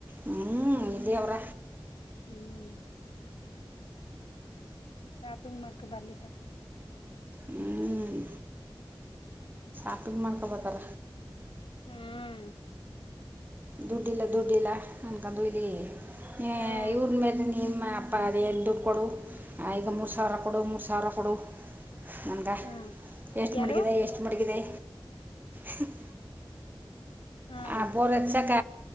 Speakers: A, on the right (about 20°); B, on the left (about 75°).
A: ಹ್ಮ್ ಇದೇ ಅವ್ರ.
B: ಹ್ಮ್. ಶಾಪಿಂಗ್ ಮಾಡ್ಕೊ ಬರ್ಲಿಕ್ಕ
A: ಹ್ಮ ಆಪಿಂಗ್ ಮಾಡ್ಕೊಬೇಕಾರ
B: ಹ್ಮ್
A: ದುಡ್ಡಿಲ್ಲ ದುಡ್ಡಿಲ್ಲ ಅನ್ಕೊಂಡ ು ಇಲಿ ಹ
B: ಹ್ಮ್
A: ಇವರು ಬ ನೀ ಮ ಅಪ್ಪ ಅದು ಎಲ್ಲಿ ದುಡ್ಡು ಕೊಡು ಆ ಈಗ ಮೂರು ಸಾವಿರ ಕೊಡು ಮೂರು ಸಾವಿರ ಕೊಡು ನನ್ಗೆ
B: ಹ್ಮ್
A: ಎಷ್ಟು
B: ಯಾರು
A: ಮಡಗಿದೆ ಎಷ್ಟು ಮಡಗಿದೆ ಹ್ಮ್
B: ಹ್ಮ್
A: ಆ ಬೋರ್ ಎಚ್ಚಸಕ